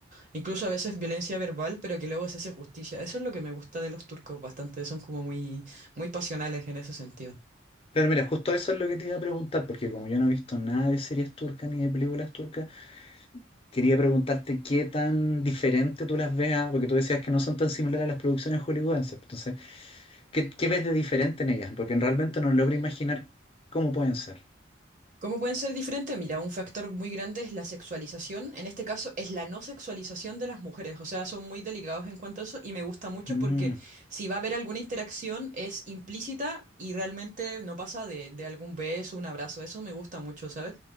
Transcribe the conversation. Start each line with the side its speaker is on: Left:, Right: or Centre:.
Right: Incluso a veces violencia verbal, pero que luego se hace justicia. Eso es lo que me gusta de los turcos bastante. Son como muy, muy pasionales en ese sentido.
Left: Claro, mira, justo eso es lo que te iba a preguntar, porque como yo no he visto nada de series turcas ni de películas turcas, quería preguntarte qué tan diferente tú las veas, porque tú decías que no son tan similares a las producciones hollywoodenses. Entonces, ¿qué, qué ves de diferente en ellas? Porque realmente no logro imaginar cómo pueden ser.
Right: ¿Cómo pueden ser diferentes? Mira, un factor muy grande es la sexualización. En este caso es la no sexualización de las mujeres. O sea, son muy delicados en cuanto a eso y me gusta mucho
Left: Mm,
Right: porque si va a haber alguna interacción es implícita y realmente no pasa de, de algún beso, un abrazo. Eso me gusta mucho, ¿sabes?